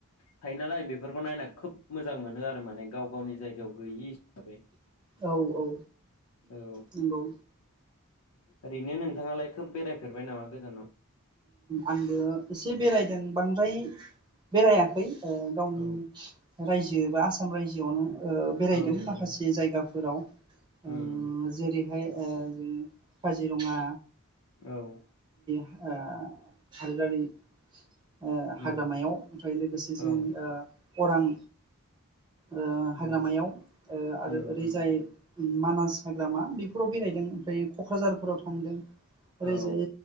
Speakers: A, on the left; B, on the right.
A: थायो नालाय बेफोरखौ नायना खोब मोजां मोनो आरो माने गाव गावनि जायगायाव गैयि हिसाबै
B: औ औ
A: औ
B: नंगौ
A: ओरैनो नोंथांङालाय खोब बेरायफेरबाय नामा गोजानाव
B: आंबो एसे बेरायदों बांद्राय बेरायाखै ओह गावनि
A: औ
B: रायजो दा आसाम रायजोआवनो ओह बेरायदों
A: औ
B: माखासे जायगाफोराव ओम
A: उम
B: जेरैहाय ओह बिदिनो काजिरंङा
A: औ
B: ओह हादोरारि ओह
A: उम
B: हाग्रामायाव ओमफ्राय लोगोसे जों
A: औ
B: ओह अरां ओह
A: नंगौ
B: हाग्रामायाव ओह आरो
A: उम
B: ओरैजाय
A: उम
B: मानास हाग्रामा बेफोराव बेरायदों ओमफ्राय क'क्राझारफोराव थांदों। ओरैजाय
A: औ